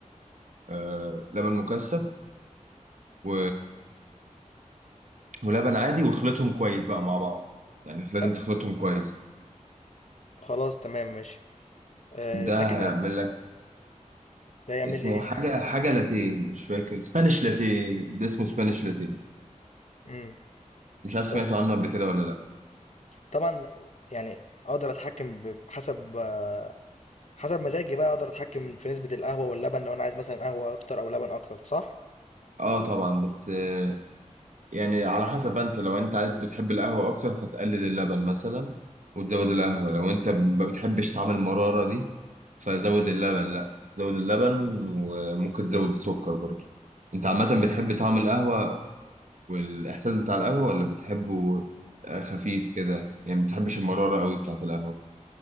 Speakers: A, on the right; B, on the left.
A: آه لبن مكثف و... ولبن عادي واخلطهم كويس بقى مع بعض يعني لازم
B: آه،
A: تخلطهم كويس
B: خلاص تمام ماشي آه،
A: ده
B: ده كده
A: هيعمل لك
B: ده يعمل
A: اسمه
B: لي ايه
A: حاجه حاجه لاتيه مش فاكر سبانيش لاتيه ده اسمه سبانيش لاتيه
B: امم
A: مش عارف
B: ده
A: سمعتوا عنه قبل كده ولا لا
B: طبعا يعني اقدر اتحكم ب- حسب آه، حسب مزاجي بقى اقدر اتحكم في نسبة القهوة واللبن لو انا عايز مثلا قهوة اكتر او لبن اكتر صح؟
A: اه طبعا بس آه، يعني على حسب انت لو انت عايز بتحب القهوة اكتر فتقلل اللبن مثلا وتزود القهوة لو انت ما بتحبش طعم المرارة دي فزود اللبن لا زود اللبن وممكن تزود السكر برضه انت عامة بتحب طعم القهوة والاحساس بتاع القهوة ولا بتحبه آه، خفيف كده يعني ما بتحبش المرارة قوي بتاعت القهوة